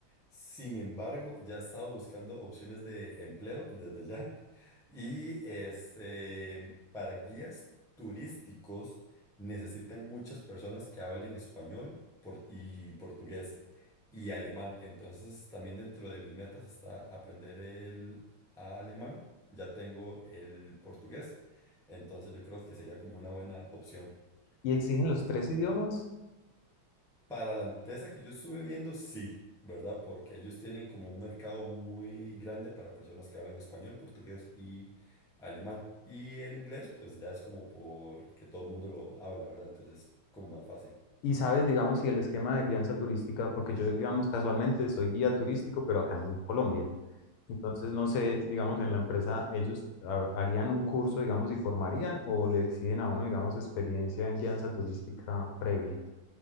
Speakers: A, in the centre; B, on the left.
A: Sin embargo, ya he estado buscando opciones de empleo desde ya. <laughs> Y este, para guías turísticos necesitan muchas personas que hablen español por- y portugués y alemán. Entonces, también dentro de mis metas está aprender el alemán. Ya tengo el portugués. Entonces, yo creo que sería como una buena opción.
B: ¿Y exigen los tres idiomas?
A: Para la empresa que yo estuve viendo, sí, ¿verdad? Porque ellos tienen como un mercado muy grande para personas que hablan español, portugués y alemán. Y el inglés, pues ya es como porque todo el mundo lo habla, ¿verdad? Entonces es como más fácil.
B: Y sabes, digamos, si el esquema de guianza turística, porque yo, digamos, casualmente soy guía turístico, pero acá en Colombia. Entonces, no sé, digamos, en la empresa ellos ha- harían un curso, digamos, y formarían o le exigen a uno, digamos, experiencia en guianza turística previa.